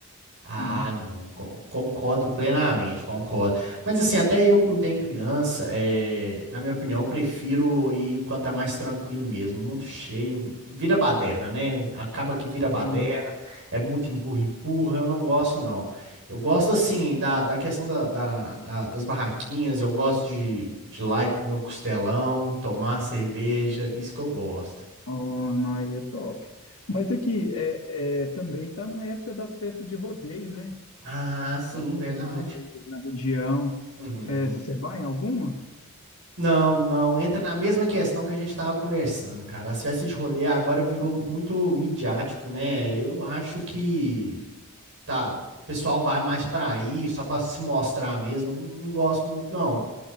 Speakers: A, on the right; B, on the left.
A: Ah,
B: né?
A: não, con- concordo plenamente, concordo. Mas assim, até eu que não tenho criança, é, na minha opinião, prefiro ir quando tá mais tranquilo mesmo, muito cheio, vira baderna, né? Acaba que vira baderna,
B: É.
A: é muito empurra-empurra, eu não gosto não. Eu gosto assim, da, da questão da, da- da- das barraquinhas, eu gosto de, de ir lá e comer um costelão, tomar uma cerveja, isso que eu gosto.
B: Oh, não, aí é top. Mas aqui, é, é, também tá na época das festas de rodeio, né?
A: Ah, sim,
B: sua cesta
A: verdade.
B: de vocês aí na região.
A: Uhum.
B: É, você vai em alguma?
A: Não, não, entra na mesma questão que a gente estava conversando, cara. As festas de rodeio agora virou muito midiático, né? Eu acho que tá, o pessoal vai mais pra aí só pra se mostrar mesmo. Eu Não gosto muito, não.